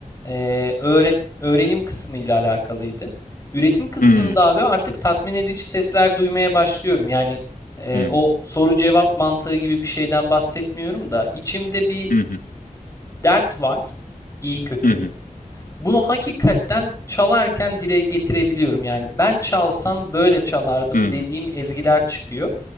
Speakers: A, on the left; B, on the left.
A: eee, öğre- öğrenim kısmı ile alakalıydı. Üretim kısmında
B: Hımm.
A: abi artık tatmin edici sesler duymaya başlıyorum. Yani eee,
B: Hı.
A: o soru cevap mantığı gibi bir şeyden bahsetmiyorum da içimde bir
B: Hı hı.
A: dert var, iyi kötü.
B: Hı hı.
A: Bunu hakikaten çalarken dile getirebiliyorum. Yani ben çalsam böyle çalardım
B: Hı hı.
A: dediğim ezgiler çıkıyor.